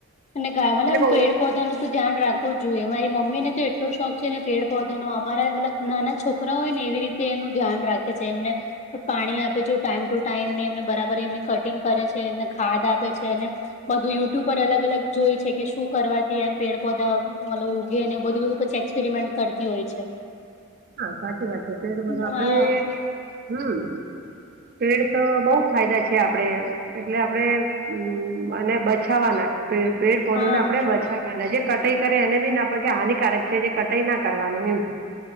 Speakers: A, on the left; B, on the right.
A: અને મતલબ
B: એટલે બઉ
A: પે
B: એ
A: પધાનું તો ધ્યાન રાખવું જ જોઈએ મારી મમ્મીને તો એટલો શોખ છેને, પેડ પૌધો અમારા નાના છોકરી છોકરા હોય ને એવી રીતે એનું ધ્યાન રાખે છે એમને પાણી આપે છેું ટાઈમ ટુ ટાઈમને એમને બરાબર એમની કટિંગ કરે છે એમને ખાદ આપે છે બધું યુટ્યુબ પર અલગ અલગ જોય છે કે શું કરવાથી એમ પેડ પોધા મતલબ ઉઊગી ને બધું બધું પછી એક્સપેરિમેન્ટ કરતી હોય છે
B: હા સાચી વાત છે તો એ બધું આપડે
A: હા
B: હમ પેડ તો બહુ ફાયદા છે આપડે એટલે આપડે હમ અને બચાવવાના પેડ પૌધાને
A: હા
B: આપણેે બચાવવાના જે કટાઈ કરે એને બી ના પડે કે હાનિકારક છે જે કટાઈ ના કરવાનું એમ